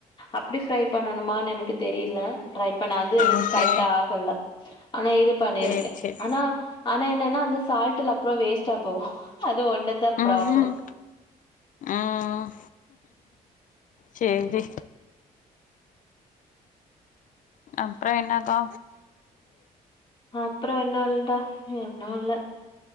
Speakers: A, on the left; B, on the left.
A: அப்டி ஃப்ரை பண்ணனுமான் எனக்கு தெரியல ட்ரை பண்ண அது எனக்கு
B: ஓகே
A: கரெக்ட்டா ஆகல ஆனா இது பண்ணிருக்கே
B: சேரி சேரி
A: ஆனா ஆனா என்னன்னா அந்த சால்ட்ல அப்புறோ வேஸ்டா போவு அது ஒன்னுதா ப்ராப்ளம்
B: ம்ஹும் ம் சேரி அப்றோ என்னாக்கா
A: அப்றோ ஒன்னுல்டா என்னு இல்ல